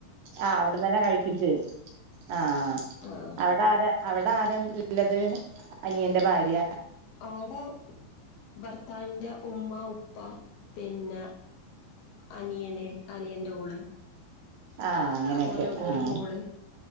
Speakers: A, on the right; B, on the left.
A: ആഹ് അവിടന്നന്നെ കഴികും ചെയ്യും ആഹ്
B: ആഹ്
A: അവിടാരാ? അവിടെ ആരൽല്ലത് അനിയന്റെ ഭാര്യ.
B: ആടെ ഭർത്താവിന്റെ ഉമ്മ ഉപ്പ പിന്നെ. അനിയന് അനിയൻ്റോള്.
A: ആഹ്. അങ്ങനെയൊക്കെ
B: ഓരോ ഒരു
A: ആഹ്
B: മോള്